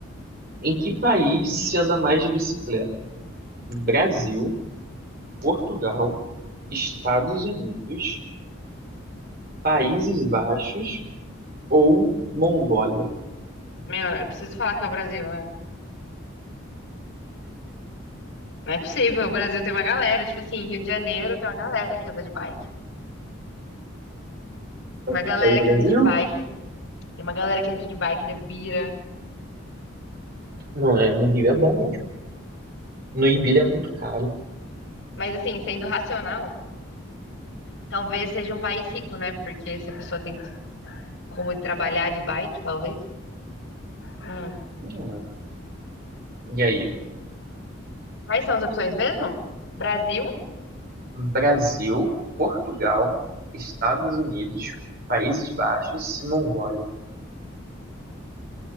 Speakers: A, on the right; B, on the left.
A: Em que país se anda mais de bicicleta? Brasil, Portugal, Estados Unidos, Países Baixos ou Mongólia?
B: Meu, eu preciso falar que é o Brasil, né? Não é possível. O Brasil tem uma galera. Tipo assim, Rio de Janeiro tem uma galera que anda de bike. Uma galera
A: Fica aí, Brasil?
B: que anda de bike. Tem uma galera que anda de bike na Bira.
A: Não é, no Rio é bom mesmo. No Ibira é muito caro.
B: Mas assim, sendo racional, talvez seja um país rico, né? Porque se a pessoa tem como trabalhar de bike, talvez. Hum.
A: Hum. E aí?
B: Quais são as opções mesmo? Brasil,
A: Brasil, Portugal, Estados Unidos, Países Baixos e Mongólia.